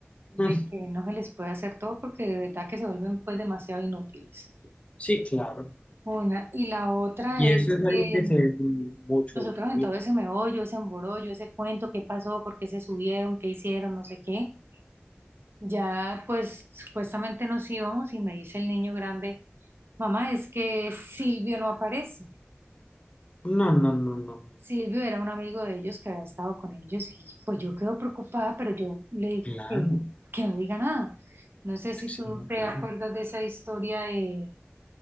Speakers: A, on the right; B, on the left.
A: De
B: Mm,
A: que no se les puede hacer todo porque de verdad que se vuelven pues demasiado inútiles.
B: Sí, claro.
A: Una. Y la otra
B: Y
A: es
B: eso es
A: que
B: algo que se ve muy- mucho
A: nosotros
B: hoy en
A: en
B: día.
A: todo ese meollo, ese emborollo, ese cuento, qué pasó, por qué se subieron, qué hicieron, no sé qué. Ya, pues supuestamente nos íbamos y me dice el niño grande, mamá, es que Silvio no aparece.
B: No, no, no, no, no.
A: Silvio era un amigo de ellos que había estado con ellos y pues yo quedo preocupada, pero yo le digo
B: Claro,
A: que, que no diga nada. No sé si
B: sí,
A: tú
B: no,
A: te
B: claro.
A: acuerdas de esa historia de,